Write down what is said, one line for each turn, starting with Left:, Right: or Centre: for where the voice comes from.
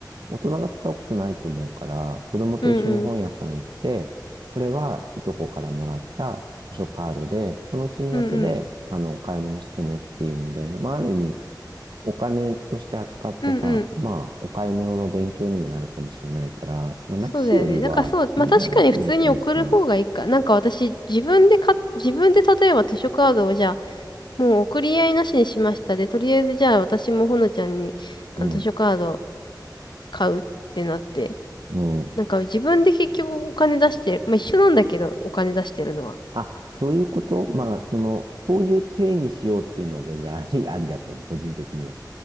Right: 大人が使うことないと思うから、子供と一緒に本屋さん行って、
Left: うんうん。
Right: これはいとこからもらった図書カードで、この金額で、
Left: うんうん。
Right: あの、お買い物してねっていうので、まあ、ある意味、お金として扱ってさ、
Left: うんうん。
Right: まあ、お買い物の勉強にもなるかもしれないから、まあ、なしよりは、
Left: そうだよね。だからそう、まあ確かに普通に送る方がいいか。
Right: 全然あげてもいいかもしれない。
Left: なんか私、自分でか、自分で例えば図書カードをじゃあ、もう送り合いなしにしましたで、とりあえずじゃあ私もほのちゃんにあの図書カード
Right: うん。
Left: 買うってなって、
Right: う
Left: なんか自分で結局お金出してる、まあ一緒なんだけど、お金出してるのは。
Right: あ、そういうことまあ、その、そういう体にしようっていうのは全然あり、<laughs> ありだと思う、個人的には。